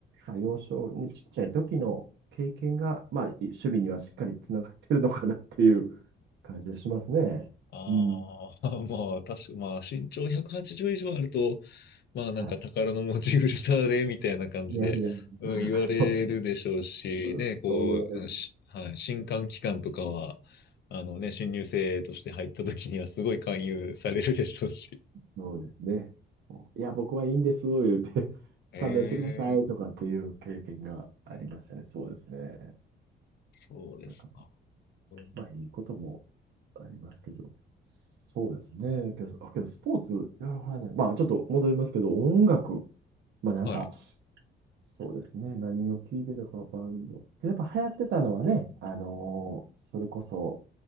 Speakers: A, on the right; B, on the left.
A: まあ、幼少にちっちゃい時の経験が、まあ、守趣味にはしっかりつながってるのかなっていう感じがしますね。
B: ああー、
A: うん。
B: <laughs> まあ、確か、まあ、身長180以上あると、まあ、なんか宝の持ち腐れみたいな感じで、
A: はい。いやいや、
B: うん、言われるでしょうし、
A: そううんそう言われる。
B: ね、こう、うんし、はい、新歓期間とかは、あのね、新入生として入った時にはすごい勧誘されるでしょうし。
A: そうですね。いや、僕はいいんです、言うて、
B: ええ
A: 勘弁してくださいとかっていう経験がありましたね。そうですね。
B: そうですか。
A: なんか
B: うん
A: まあ、いいこともありますけど。そうですね。けど、あ、けどスポーツやらはらない。まあ、ちょっと戻りますけど、音楽。まあ、なんか、
B: はい。
A: そうですね。何を聞いてたか、バンド。やっぱ流行ってたのはね、あのーそれこそ、